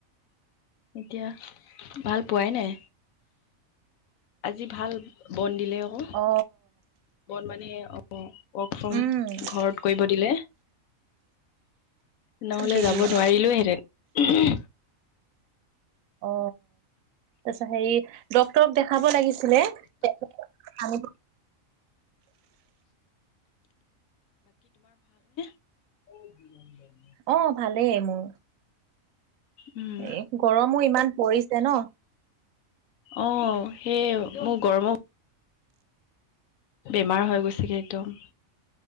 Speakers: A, on the left; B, on the right.
A: এতিয়া ভাল পোৱাই নাই। আজি ভাল বন। দিলে আকৌ
B: অ।
A: বন মানীয়ে অ ৱৰ্ক ফ্ৰম
B: উম
A: ঘৰত কৰিব দিলে। <unintelligible> নহলে
B: কি
A: যাব
B: দিলা?
A: নোৱাৰিলোও হেঁতেন।
B: অ। তাৰছা হেৰি ডক্তৰক দেখাব লাগিছিলে আ।
A: অ
B: অ ভালেই মোৰ।
A: উম,
B: এ গৰমো ইমান পৰিছে ন।
A: অ সেই মোৰ গৰম বেমাৰ হৈ গৈছেগে একদম।